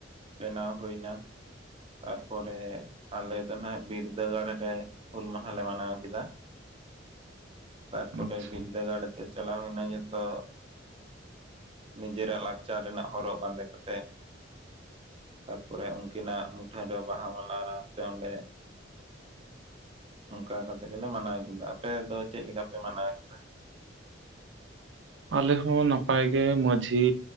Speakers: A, on the right; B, on the right.
A: ᱵᱮᱱᱟᱣ ᱦᱩᱭ ᱮᱱᱟ ᱛᱟᱨᱯᱚᱨᱮ ᱟᱞᱮ ᱫᱚ ᱱᱟᱜ ᱵᱤᱨᱫᱟᱹᱜᱟᱲ ᱨᱮ ᱦᱩᱞ ᱢᱟᱦᱟᱞᱮ ᱢᱟᱱᱟᱣ ᱠᱮᱫᱟ ᱛᱟᱨᱯᱚᱨᱮ
B: ᱟᱪᱪᱷᱟ
A: ᱵᱤᱨᱞᱫᱟᱹᱜᱟᱲ ᱛᱮ ᱪᱟᱞᱟᱣ ᱦᱩᱭᱱᱟ ᱡᱚᱛᱚ᱾ ᱱᱤᱡᱮᱨᱟᱜ ᱞᱟᱠᱪᱟᱨ ᱨᱮᱱᱟᱜ ᱦᱚᱨᱚᱜ ᱵᱟᱸᱫᱮ ᱠᱟᱛᱮ ᱛᱟᱨᱯᱚᱨᱮ ᱩᱱᱠᱤᱱᱟᱜ ᱢᱩᱴᱷᱟᱹᱱ ᱨᱮ ᱵᱟᱦᱟ ᱢᱮᱞᱟ ᱨᱮ ᱥᱮ ᱚᱸᱰᱮ ᱚᱱᱠᱟ ᱠᱟᱛᱮᱜ ᱜᱮᱞᱮ ᱢᱟᱱᱟᱣ ᱠᱮᱫᱟ ᱟᱯᱮ ᱫᱚ ᱪᱮᱫ ᱞᱮᱠᱟ ᱯᱮ ᱢᱟᱱᱟᱣ ᱠᱮᱫᱟ
B: ᱟᱞᱮ ᱦᱚᱸ ᱱᱟᱯᱟᱭ ᱜᱮ ᱢᱟᱺᱡᱷᱤ